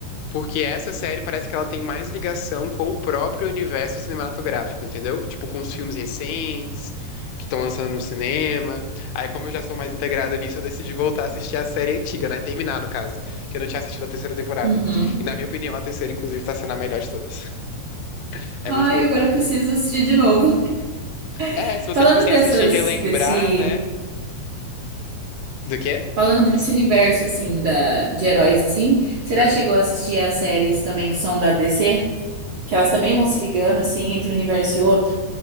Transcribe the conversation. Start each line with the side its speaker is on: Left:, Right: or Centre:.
Left: Porque essa série parece que ela tem mais ligação com o próprio universo cinematográfico, entendeu? Tipo, com os filmes recentes que estão lançando no cinema. Aí, como eu já sou mais integrado nisso, eu decidi voltar a assistir a série antiga, né? Terminar, no caso, que eu não tinha assistido a terceira temporada.
Right: Uhum.
Left: E, na minha opinião, a terceira, inclusive, tá sendo a melhor de todas. É
Right: Ai,
Left: muito boa.
Right: agora eu preciso assistir de novo.
Left: É,
Right: <laughs>
Left: se você,
Right: Falando
Left: tipo assim,
Right: dessas,
Left: assistir e relembrar,
Right: desse,
Left: né? Do quê?
Right: falando desse universo assim da de heróis assim, será
Left: Ah.
Right: que chegou a assistir as séries também que são da DC? Que elas também vão se ligando assim entre um universo e outro,